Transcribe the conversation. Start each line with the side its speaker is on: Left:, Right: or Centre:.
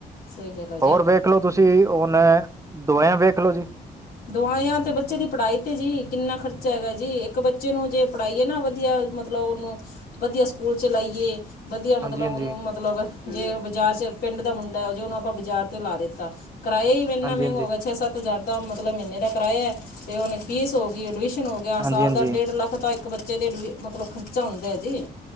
Left: ਸਈ ਗੱਲ ਐ।
Right: ਹੋਰ ਵੇਖ ਲੋ, ਤੁਸੀਂ ਹੁਨ ਐ ਦੋਆਯਾ ਵੇਖ ਲਓ ਜੀ।
Left: ਦੋਆਯਾ ਤੇ ਬੱਚੇ ਦੀ ਪੜ੍ਹਾਈ 'ਤੇ ਜੀ ਕਿੰਨਾ ਖਰਚਾ ਹੈਗਾ ਜ, ਇੱਕ ਬੱਚੇ ਨੂੰ ਜੇ- ਪੜ੍ਹਾਈਏ ਨਾ ਵਧੀਆ ਮਤਲਬ ਉਨੂੰ ਵਧੀਆ ਸਕੂਲ ਚ'ਲਾਈਏ ਵਧੀਆ ਮਤਲਬ
Right: ਹਾਂਜੀ ਹਾਂਜੀ
Left: ਉਨੂੰ ਮਤਲਬ ਜੇ ਬਾਜ਼ਾਰ 'ਚ ਪਿੰਡ ਦਾ ਮੁੰਡਾ ਜੋ ਉਨੂੰ ਆਪਾਂ ਬਜ਼ਾਰ ਤੇ ਲਾ ਦਿੱਤਾ, ਕਰਇਆ ਹੀ ਏਨਾ
Right: ਹਾਂਜੀ
Left: ਮੈਂਗਾ
Right: ਹਾਂਜੀ
Left: ਹੋਗਾ ਛੇ-ਸੱਤ ਪੰਜਾਹ ਦਾ ਮਤਲਬ ਮਹੀਨੇ ਦਾ ਕਰਾਇਆ, ਤੇ ਹੁਣ ਫੀਸ ਹੋ ਗਈ, ਐਡਮਿਸ਼ਨ ਹੋ ਗਿਆ,
Right: ਹਾਂਜੀ
Left: ਸਾਲ
Right: ਹਾਂਜੀ
Left: ਦਾ ਡੇਢ ਲੱਖ ਤੱਕ ਇੱਕ ਬੱਚੇ ਦੇ ਐਡ ਮਤਲਬ ਖਰਚਾ ਹੁੰਦਾ ਜੀ।